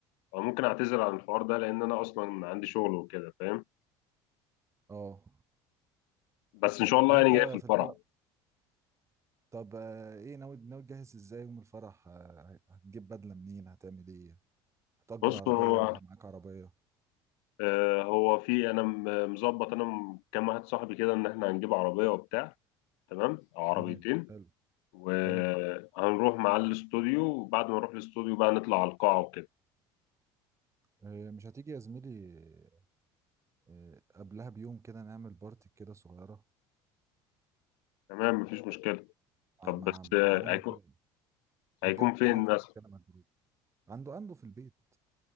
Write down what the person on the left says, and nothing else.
ممكن اعتذر عن الحوار ده لان انا اصلا عندي شغل وكده فاهم؟
بس ان شاء الله
يعني جاي في الفرح
بصوا
آه، هو في انا م- مظبط انا م- كام واحد صاحبي كده ان احنا هنجيب عربيه وبتاع تمام او عربيتين
وهنروح
مع الاستوديو وبعد ما نروح الاستوديو بقى نطلع على القاعه وكده
تمام مفيش مشكله
طب
بس
آه، هيكون
هيكون فين
مثلا